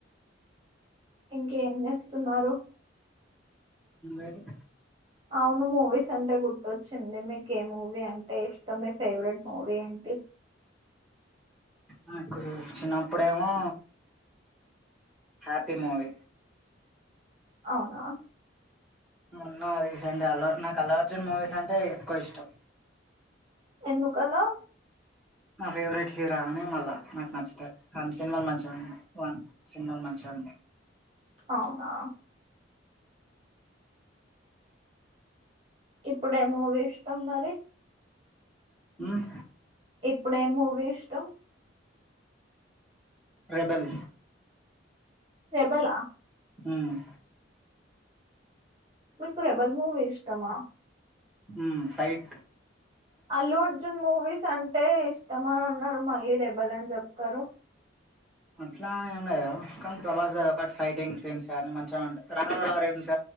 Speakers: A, on the right; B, in the centre.
A: ఇంకేం చేస్తున్నారు
B: ఎరు
A: అవును మూవీస్ అంటే గుత్వాచిన్ది మీకు ఏ మూవీ అంటే ఇష్ట మీ ఫేవరెట్ మూవీ ఏంటి
B: నాకుడు చిన్నప్పుడేమో హ్యాపీ మూవీ
A: అవునా
B: మోనా రీసెంట్ అ నా అల్లు అల్లు అర్జున్ మూవీస్ అంటే ఎక్కువ ఇష్టం
A: ఎందుకలా
B: నా ఫేవరెట్ హీరో అని మళ్ళా నాకు నచ్చుతాయి కానీ సినిమాలు మంచిగా ఉంటాయిన్ సినిమాలు మంచిగా ఉంటాయి
A: అవునా ఇప్పుడేమూవీ ఇష్టాం మరి
B: ఉమ్
A: ఇపుడు ఎమ్ మూవీ ఇష్టం
B: రెబల్
A: రెబలా
B: ఉమ్
A: మీకు రెబల్ మూవీ ఇష్టమా
B: ఉమ్ సైట్
A: అల్లు అర్జున్ మూవీస్ అంటే ఇ ష్టం మత్తమని అన్నారు మళ్ళీ రెబ్బాలని చెప్తారు
B: అట్లా ఏం లేదు కానీ ప్రభాస్ గర్ ఒకటి ఫైటింగ్ సీన్స్ కానీ మంచిగా ఉంటాయి రన్స్ రాఘవ లారెన్స్